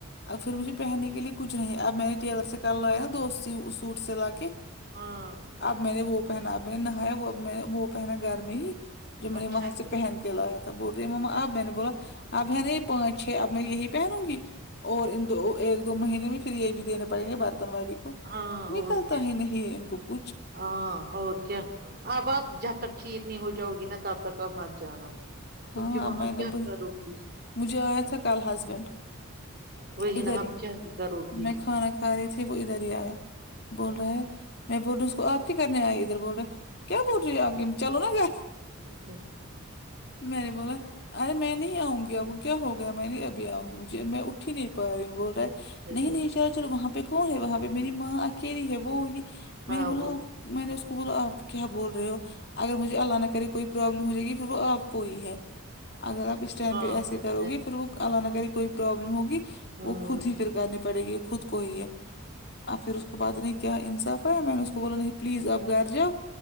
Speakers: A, on the left (about 50°); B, on the right (about 45°).
A: اب پھر مجھے پہننے کے لیے کچھ نہیں اب میں نے ٹیلر سے کل لایا نا دو سوٹ سے لا کے
B: ہاں <unintelligible>
A: اب میں نے وہ پہنا اب میں نے نہایا وہ نے وہ پہنا گھر میں ہی جو میں
B: اچھا
A: نے وہاں
B: کیا
A: سے پہن کے <unintelligible> کلایا تھا بول رہی ماما اب میں نے بولا اب ہے نا یہ پانچ چھ اب میں یہی <unintelligible> پہنوں گی اور ان دو ایک دو مہینے میں فھر یہ بھی دینے پڑیں گے برتن والی <unintelligible>
B: ہاں
A: نکلتا
B: اور کیا
A: ہی نہیں ان کو کچھ <unintelligible>
B: ہاں اور کیا آب آپ جب تک ٹھیک نہیں ہو جؤ گی نا تب تک آپ مت جانا کیونکہ
A: ہاں
B: وہاں
A: میں نے
B: کیا
A: ب
B: کرو گی
A: مجھے آیا تھا کل ہسبینڈ
B: وہی
A: ادھر
B: نا آپ
A: ہی
B: کیا کرو گی
A: میں کھانا ھا رہی تھی وہ ادھر ہی آیا بول رہا ہے میں بول رہ ہوں اس کو آپ کرنے آئے ادھر بول رہے کیا بول رہی ہے آپ کی چلو نا گھر
B: ا <unintelligible>
A: میں نے بولا ارے میں نہیں آؤں گی اپ کو کیا ہو گیا میں نہیں ابھی آؤں گ مجھے میں اٹھ ہی نہیں پا رہی ہوں بول رہا نہیں
B: اچھا
A: نہیں چارا چلو وہاں پہ کون ہے وہاں پہ میری ماں اکیلی ہے وہ یہ میں
B: ہاں
A: نے بولا
B: وہ
A: میں نے اس کو بولا آپ کیا بول رہے ہو اگر مجھے اللہ نہ کرے کوئی پروابلم ہو جائے گی پھر وہ آپ کوئی ہے اگر آپ اس ٹائم
B: ہاں
A: پہ ایسے
B: وہ
A: کرو
B: ہے
A: گے پھر وہ ال نہ کری کوئی پروابلم ہوگی
B: ہاں
A: وہ خود ہی پھر کرنی پڑے گی خود کو ہی ہے اب پھر اس کو بات نہیں کیا انصاف ہے میں نے اس کو بول پلیز آپ گھر جؤ